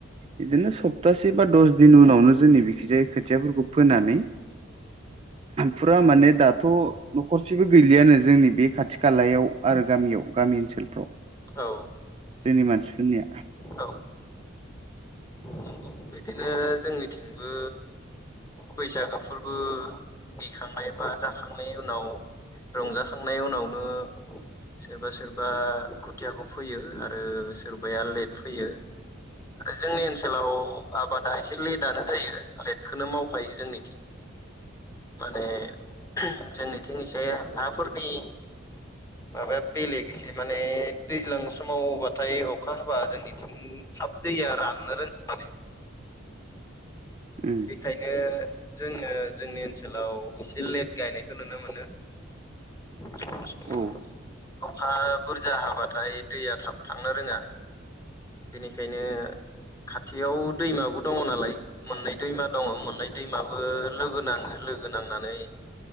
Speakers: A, on the right; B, on the left.
A: बिदिनो सप्तासे बा दस दिन उनावनो जोंनि बिखिजायै खोथियाफोरखौ फोनानै फुरा माने दाथ' न'खरसे गासिबो गैलियानो जोंनि बे खाथि खालायाव आरो गामियाव गामि ओनसोलफ्राव।
B: औ
A: जोंनि मानसिफोरनिया।
B: औ नंगौ बिदिनो जोंनिथिंबो बैसागोफोर उम दिखांनाय बा जाखांनायनि उनाव रंजाखांनायनि उनावनो सोरबा सोरबा खोथियाखौ फैयो आरो सोरबाया लेट फोयो। आरो जोंनि ओनसोलाव आबादा एसे लेटनो जायो लेटखौनो मावखायो जोंनिथिं माने जोंनिथिं इसे हाफोरनि माबाया बेलेग इसे माने दैज्लां समावबाथाय अखा हाबा जोंनिथिं थाब दैया राननो रोंङा माने
A: उम
B: बेखायनो जोङो जोंनि ओनसोलाव एसे लेट गायनायखौ नुनो मोनो। सम सम
A: औ
B: अखा बुरजा हाबाथाय दैया थाब थांनो रोङा बेनिखायनो खाथियाव दैमाबो दङ नालाय मोननै दैमा दङ मोननै दैमाबो लोगो नाङो। लोगो नांनानै